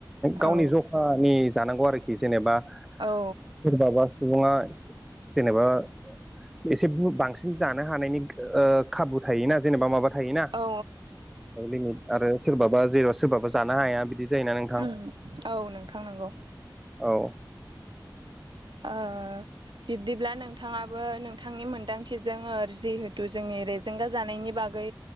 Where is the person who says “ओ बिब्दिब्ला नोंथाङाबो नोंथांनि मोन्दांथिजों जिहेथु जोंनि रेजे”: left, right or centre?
Right